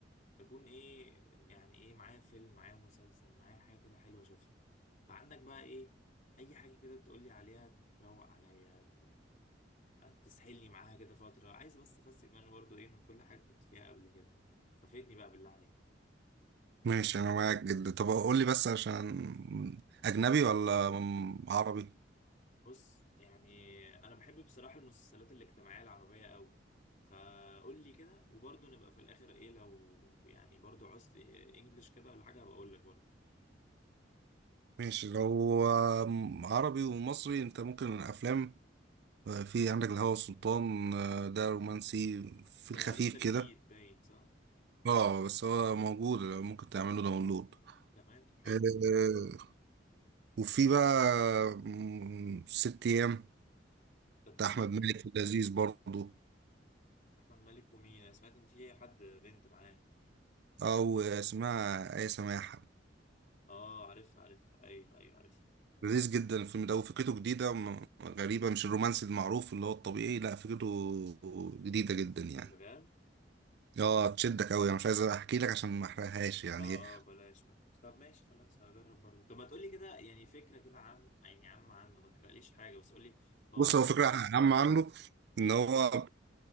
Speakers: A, on the left; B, on the right.
A: اكون ايه يعني ايه معايا فيلم معايا مسلسل معايا حاجه كده حلوه اشوفها فعندك بقى ايه اي حاجه كده تقولي عليها تروق عليا تسحلني معاها كده فترة عايز بس أفسي دماغي برضو إيه من كل حاجة كنت فيها قبل كده يعني ففيدني بقى بالله عليك
B: ماشي انا معاك جدا طب قول لي بس عشان اجنبي ولا م- عربي
A: بص يعني أنا بحب بصراحة المسلسلات الاجتماعية العربية أوي فقول لي كده وبرضو نبقى في الآخر إيه لو يعني برضو عوزت إيه إنجلش كده ولا حاجة هبقى أقول لك برضو
B: ماشي لو آم، عربي ومصري انت ممكن الافلام آه، في عندك الهوى والسلطان آه، ده رومانسي في
A: ده
B: الخفيف
A: لسه جديد
B: كده
A: باين صح؟
B: اه بس هو موجود ممكن تعمله داونلود
A: كمان طب حلو
B: آه، وفي بقى م، ست ايام
A: ده بتاع
B: بتاع احمد
A: مين
B: مالك
A: ده؟
B: لذيذ برضه
A: أحمد مالك ومين؟ أنا سمعت إن في حد بنت معاه
B: او اسمها ايه سماحة
A: آه عارف عارف أيوه أيوه عارف
B: لذيذ جدا الفيلم ده وفكرته جديدة م- غريبة مش الرومانسي المعروف اللي هو الطبيعي لا فكرته جديدة جدا يعني
A: بجد؟
B: اه تشدك قوي انا مش عايز احكي لك عشان ما احرقهاش يعني
A: اه اه بلاش بلاش طب ماشي خلاص هجرب برضه طب ما تقولي كده يعني فكرة كده عن يعني عم عنه ما تحرقليش حاجة بس قولي هو
B: بص
A: اصلا
B: هو فكرة
A: بي
B: عامة عنه
A: ماشي
B: ان هو